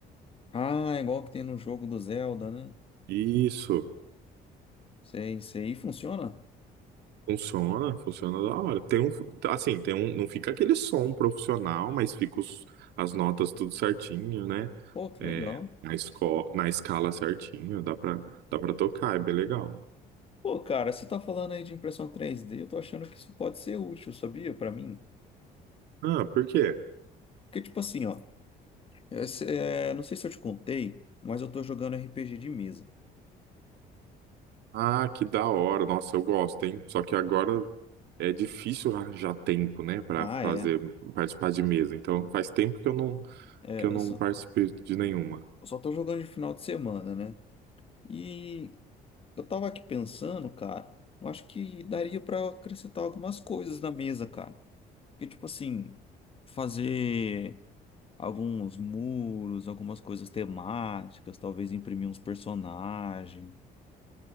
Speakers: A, on the left; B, on the right.
A: Ah, igual que tem no jogo do Zelda, né?
B: Isso,
A: Sei, sei. E funciona?
B: funciona, funciona da hora. Tem um, assim, tem um, não fica aquele som profissional, mas fica os, as notas tudo certinho, né?
A: Pô, que
B: É,
A: legal.
B: na esco, na escala certinho, dá pra, dá pra tocar, é bem legal.
A: Pô, cara, você tá falando aí de impressão três d eu tô achando que isso pode ser útil, sabia? Pra mim.
B: Ah, por quê?
A: Porque, tipo assim, ó, esse- é, não sei se eu te contei, mas eu tô jogando RPG de mesa.
B: Ah, que da hora. Nossa, eu gosto, hein? Só que agora é difícil arranjar tempo, né, Pra
A: Ah,
B: fazer
A: é.
B: participar de mesa. Então, faz tempo que eu não
A: É,
B: que eu não
A: eu só,
B: participei de nenhuma.
A: eu só tô jogando de final de semana, né? E eu tava aqui pensando, cara, eu acho que daria pra acrescentar algumas coisas na mesa, cara. Porque, tipo assim, fazer alguns muros, algumas coisas temáticas, talvez imprimir uns personagens.